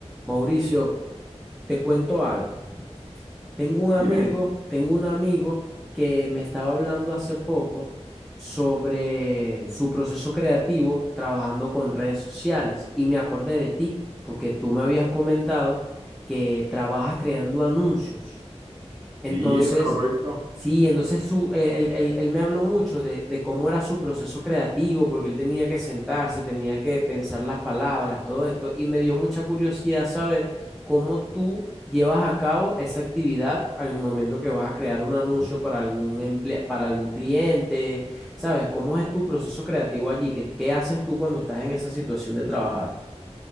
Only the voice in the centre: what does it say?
Mauricio, te cuento algo. Tengo un amigo,
tengo un amigo que me estaba hablando hace poco sobre su proceso creativo trabajando con redes sociales y me acordé de ti porque tú me habías comentado que trabajas creando anuncios entonces,
sí, entonces su, eh, él, él- él me habló mucho de, de cómo era su proceso creativo, porque él tenía que sentarse, tenía que pensar las palabras, todo esto, y me dio mucha curiosidad saber cómo tú llevas a cabo esa actividad al momento que vas a crear un anuncio para algún emple- para algún cliente, ¿sabes? ¿Cómo es tu proceso creativo allí? ¿Qué, qué haces tú cuando estás en esa situación de trabajar?